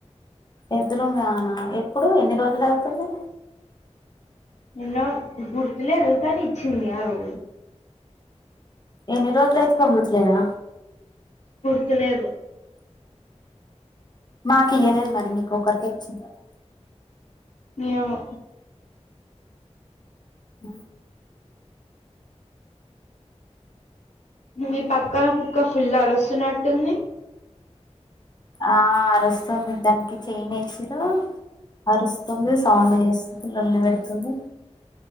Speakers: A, on the left; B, on the left.
A: ఎదురుంగానా ఎప్పుడు ఎన్ని రోజులు అవుతుంది
B: నిన్న గుర్తులేదుకాని ఇచ్చింది ఆ రోజు
A: ఏన్ని రోజులు అయితుందో గుర్తులేదా
B: గుర్తు లేదు
A: మాకియ్యలేదు మరి మీకు ఒకరికే ఇచ్చిందేమో
B: ఏమో
A: ఉ
B: మీ పక్కన కుక్క పిల్ల అరుస్తున్నట్టుంది
A: ఆ అరుస్తుంది దానికి చేయన్ వేసిరు అరుస్తుంది సౌండ్ చేస్తుంది లోల్లి పెడుతుంది